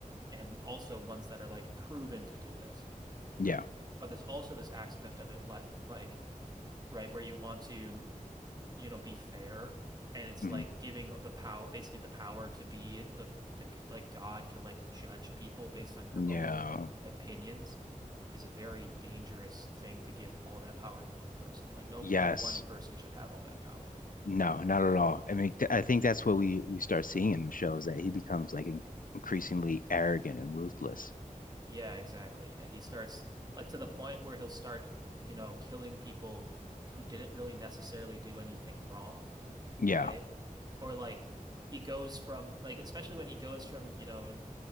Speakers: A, on the right; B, on the left.
A: and also ones that are like proven to do this.
B: Yeah.
A: But there's also this aspect of it like like right where you want to you know, be fair. And it's
B: hmm
A: like giving the power, basically the power to be the the like God to like judge people based on your
B: Yeah.
A: own opinions is a very dangerous thing to give all that power to one person. Like no
B: Yes.
A: per one person should have all that power.
B: No, not at all. I mean, th I think that's what we we start seeing in the show is that he becomes like in increasingly arrogant and ruthless.
A: Yeah, exactly. And he starts like to the point where he'll start, you know, killing people who didn't really necessarily do anything wrong,
B: Yeah.
A: right? Or like he goes from like especially when he goes from, you know,